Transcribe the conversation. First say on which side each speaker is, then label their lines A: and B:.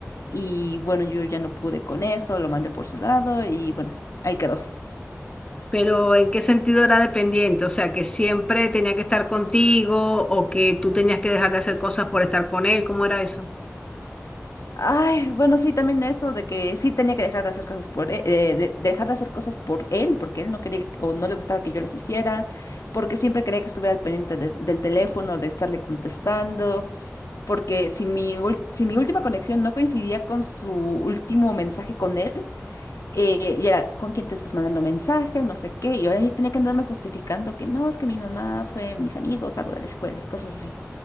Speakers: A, on the left; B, on the left.
A: Y bueno, yo ya no pude con eso, lo mandé por su lado y bueno, ahí quedó.
B: Pero ¿en qué sentido era dependiente? O sea, que siempre tenía que estar contigo o que tú tenías que dejar de hacer cosas por estar con él. ¿Cómo era eso?
A: Ay, bueno, sí, también eso de que sí tenía que dejar de hacer cosas por él, eh, de- dejar de hacer cosas por él, porque él no quería o no le gustaba que yo las hiciera, porque siempre quería que estuviera al pendiente des- del teléfono, de estarle contestando, porque si mi, ul- si mi última conexión no coincidía con su último mensaje con él, eh, y era, ¿con quién te estás mandando mensaje? No sé qué, y yo eh, tenía que andarme justificando que no, es que mi mamá fue mis amigos, algo de la escuela, y cosas así.